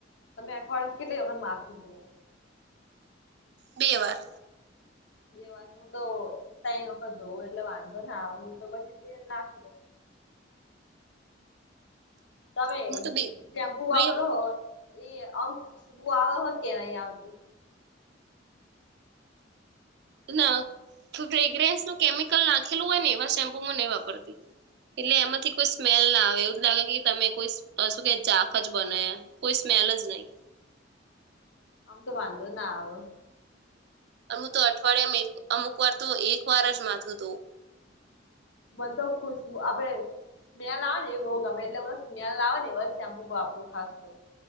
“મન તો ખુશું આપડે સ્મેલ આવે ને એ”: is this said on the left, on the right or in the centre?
Left